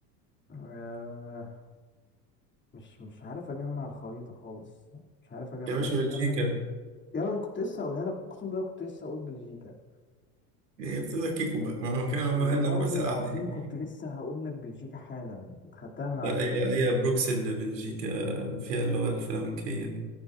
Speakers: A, on the left; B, on the right.
A: آه... مش مش عارف اجمع الخريطه خالص مش عارف اجمع
B: يا باشا
A: استنى
B: بلجيكا
A: كده يلا أنا كنت لسه هقولها لك اقسم بالله كنت لسه هقول بلجيكا
B: هي بتبقى كيكو بقى ما كان
A: والله
B: بقى لنا ربع ساعة
A: العظيم
B: دي
A: كنت لسه هقول لك بلجيكا حالا انت خدتها من
B: لا
A: على لساني
B: هي هي بروكسل بلجيكا فيها اللغة الفلامنكية دي